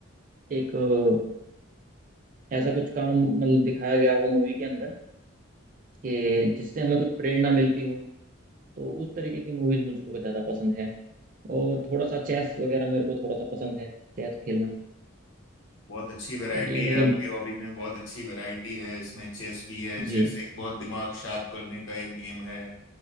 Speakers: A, on the right; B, on the left.
A: एक अ, ऐसा कुछ काम मतलब दिखाया गया हो मूवी के अंदर कि जिससे हमें कुछ प्रेरणा मिलती हो तो उस तरीके की मूवीज मुझको कुछ ज्यादा पसंद है और थोड़ा सा चेस वगैरह मेरे को थोड़ा सा पसंद है चेस खेलना
B: बहुत अच्छी
A: तो
B: वैरायटी
A: ये मेरी
B: है आपकी हॉबी में बहुत अच्छी वैरायटी है इसमें चेस भी है चेस
A: जी
B: एक बहुत दिमाग शार्प करने का एक गेम है